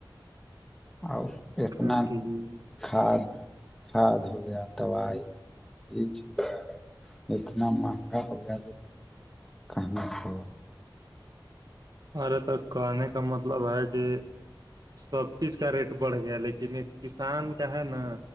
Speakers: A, in the centre; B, on the right (about 55°).
A: اور اتنا
B: کیا کیجیے
A: کھاد کھاد ہو گیا دوائی ہو گیا بیج ہو اتنا مہنگا ہو گیا ج کہنا سے
B: ارے تک کہنے کا مطلب ہے کہ سب چیز کا ریٹ بڑھ گیا لیکن کسان کا ہے نا